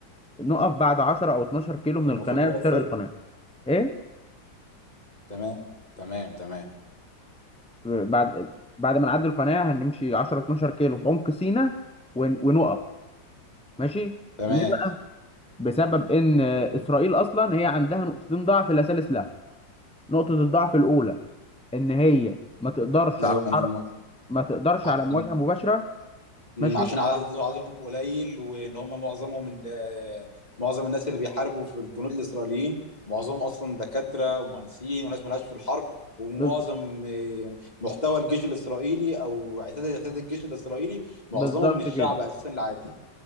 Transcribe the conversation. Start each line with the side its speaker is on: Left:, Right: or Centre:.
Centre: نقف بعد 10 او 12 كيلو من
Left: كان
Centre: القناه
Left: المفروض نقف
Centre: في شرق
Left: فين
Centre: القناه ايه
Left: تمام تمام تمام
Centre: بعد بعد ما نعدي القناه هنمشي 10 12 كيلو في عمق سيناء ون- ونقف ماشي
Left: تمام
Centre: ليه بقى بسبب ان اسرائيل
Left: مم.
Centre: اصلا هي عندها نقطتين ضعف لا ثالث لها نقطه الضعف الاولى ان هي ما تقدرش
Left: ايوه
Centre: على
Left: انا
Centre: حرب ما تقدرش
Left: عشان
Centre: على مواجهه مباشره
Left: مم،
Centre: ماشي
Left: عشان عدد- عددهم قليل وان هم معظمهم من آه، معظم الناس اللي بيحاربوا في الجنود الاسرائيليين معظمهم اصلا دكاتره ومهندسين وناس مالهاش في الحرب ومعظم
Centre: بز-
Left: آه، محتوى الجيش الاسرائيلي او اعتاد اعتاد الجيش الاسرائيلي معظمهم
Centre: بالظبط
Left: من الشعب
Centre: كده
Left: اساسا العادي